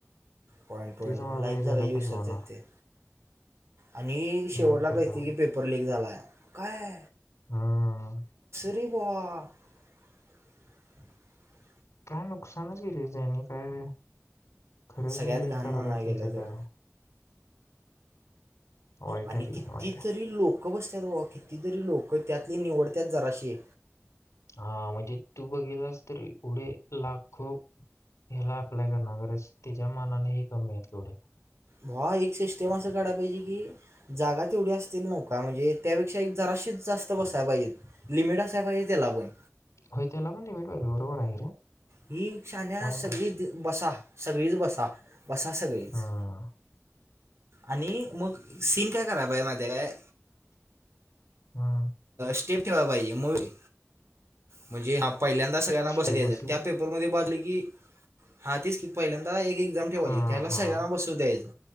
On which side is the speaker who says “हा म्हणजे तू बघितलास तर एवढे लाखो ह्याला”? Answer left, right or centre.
Left